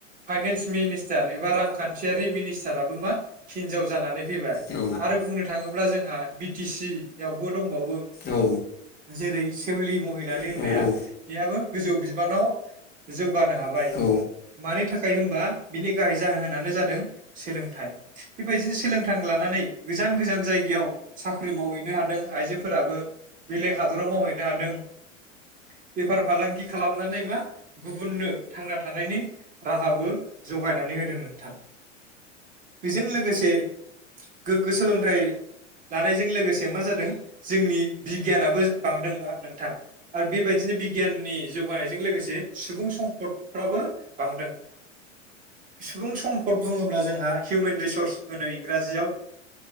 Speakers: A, on the right; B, on the left.
A: फाइनान्स मिनिस्टार एबा रांखान्थियारि मिनिस्टाराबो मा हिनजाव जानानै फैबाय
B: औ
A: आरो बुंनो थाङोब्ला जोंहा बि टि सि आवबो दंबावो
B: औ
A: जेरै सेउलि महिलारि
B: औ
A: होननाया
B: औ औ
A: बेहाबो गोजौ बिबानाव जौगानो हाबाय
B: मा
A: मानि थाखाय होनबा बिनि गाहाय जाहोनानो जादों सोलोंथाइ बेबायदिनो सोलोंथाइ लानानै गोजान गोजान जायगायाव साख्रि माव आइजोफोराबो बेलेग हादराव मावहै <inaudible> बेफार फालांगि खालामनानै मा गुबुननो थांना थानायनि राहाबो जगायनानै होदों नोंथां बेजों लोगोसे गोग्गो सोलोंथाइ लानायजों लोगोसे मा जादों जोंनि बिगियानाबो बांदों नोंथां आरो बेबायदिनो बिगियाननि जौगानायजों लोगोसे सुबुं सम्पदफ्राबो बांदों सुबुं सम्पद बुङोब्ला जोंहा हिउमेन रिसर्स होनो इंराजियाव